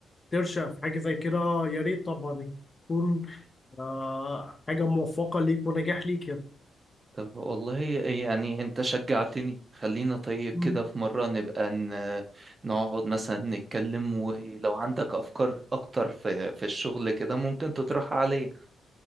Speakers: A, on the left (about 25°); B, on the right (about 25°).
A: ترشق في حاجه زي كده يا ريت طبعا يكون آه حاجة موفقة ليك ونجاح ليك يعني
B: طب والله يعني انت شجعتني خلينا طيب
A: مم.
B: كده في مرة نبقى ن- نقعد مثلا نتكلم ولو عندك أفكار أكتر في في الشغل كده ممكن تطرحها عليا